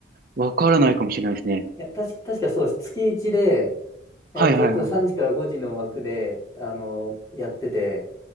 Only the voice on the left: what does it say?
いや、たし、確かそうです。月1で、えっと、
3時から5時の枠で、あの、やってて、